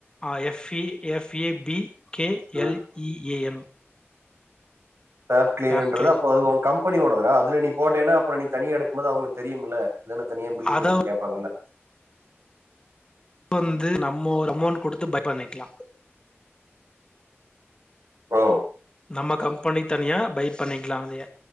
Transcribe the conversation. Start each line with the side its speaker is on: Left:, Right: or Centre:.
Left: ஆ F E F A B K
Right: ம்
Left: L E A M
Right: சாஃப்ட்கிளீனுன்றது
Left: Fab கிளீன்
Right: அப்போ அது ஓன் கம்பெனியோடதுடா அதுல நீ போட்டேன்ன அப்புறோ நீ தனியா எடுக்குமோது அவுங்ளுக் தெரியும்ல இது என்ன தனியா பில்லிங்
Left: அத
Right: இருக்குன் கேப்பாங்கல்ல
Left: வந்து நம்ம ஓரு அமௌண்ட் குடுத்து பை பண்ணிக்குலா
Right: ஓ
Left: நம்ம கம்பெனி தனியா பை பண்ணிக்லா அங்கயே